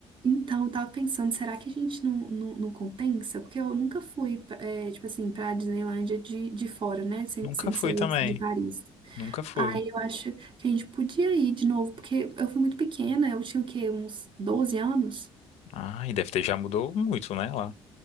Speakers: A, on the right; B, on the left.
A: Então eu tava pensando, será que a gente não, não, não compensa? Porque eu nunca fui, é, tipo assim, pra Disneylândia de, de fora, né? Sem,
B: Nunca
A: sem
B: fui
A: ser
B: também.
A: esse de Paris.
B: Nunca fui.
A: Aí eu acho que a gente podia ir de novo, porque eu fui muito pequena, eu tinha o quê? Uns 12 anos?
B: Ah, e deve ter já mudou muito, né? lá